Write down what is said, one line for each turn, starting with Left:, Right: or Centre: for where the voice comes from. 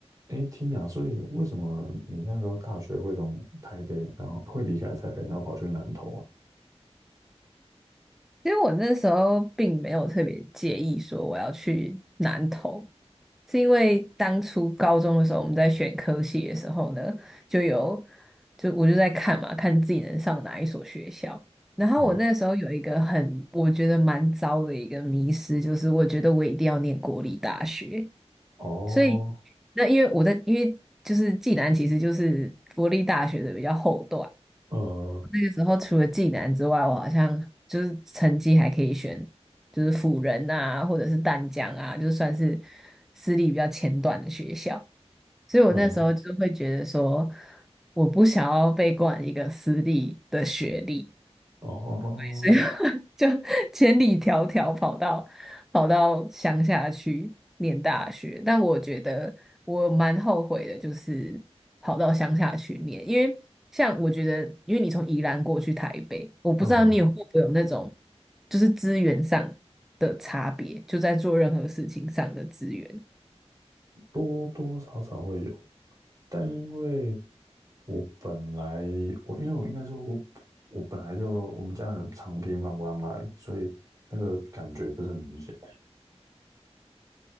Right: 哎 t i 所以为什么你那时候大学会从台北，然后会离开台北，然后跑去南投啊？
Centre: 其实我那时候并没有特别介意说我要去南投，是因为当初高中的时候我们在选科系的时候呢，就有就我就在看嘛，看自己能上哪一所学校。然后我那时候有一个很我觉得蛮糟的一个迷失，
Right: 嗯，
Centre: 就是我觉得我一定要念国立大学，
Right: 哦，
Centre: 所以那因为我在因为就是暨南其实就是国立大学的比较后段。
Right: 呃，
Centre: 那个时候除了济南之外，我好像就是成绩还可以选，就是辅仁啊，或者是淡江啊，就算是私立比较前段的学校。所以我那时候就会觉得说，
Right: 嗯，
Centre: 我不想要被冠一个私立的学历，
Right: 哦，
Centre: 所以。就 <laughs> 千里迢迢跑到跑到乡下去念大学，但我觉得我蛮后悔的，就是跑到乡下去念，因为像我觉得，因为你从宜兰过去台北，我不知道你有会不会有那种
Right: 嗯，
Centre: 就是资源上的差别，就在做任何事情上的资源，
Right: 多多少少会有，但因为我本来我因为我应该说我我本来就我们家很常频繁往来，所以那个感觉不是很明显。